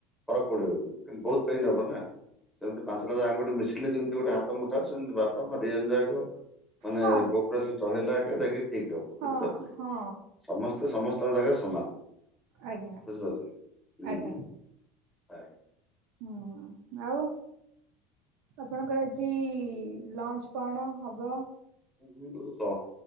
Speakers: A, in the centre; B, on the right.
A: ଫରକ ପଡିବ କି, କିନ୍ତୁ ବହୁତ ପେନ୍ ହବ ନା? ସେମିତି ପାଞ୍ଚଟା ଯାକ ଆଙ୍ଗୁଟି ମିଶିଲେ ଯେମିତି ଗୋଟେ ହାତ ମୁଠା ହୁଏ, ସେମତି ବାପା ମା ଦି ଜଣ ଯାକ ମାନେ
B: ହଁ
A: କୋପରେସନ ରହିଲା ଆକା ଯାଇକି ଠିକ ହବ,
B: ହଁ
A: ବୁଝିପାରୁଛନ୍ତି?
B: ହଁ
A: ସମସ୍ତେ ସମସ୍ତଙ୍କ ଜାଗାରେ ସମାନ।
B: ଆଜ୍ଞା
A: ବୁଝିପାରିଲେ
B: ଆଜ୍ଞା
A: ହୁଁ-ହୁଁ ଆଜ୍ଞା।
B: ହୁଁ ଆଉ ଆପଣଙ୍କର ଆଜି ଲଞ୍ଚ କଣ ହବ?
A: ଲଞ୍ଚ ତ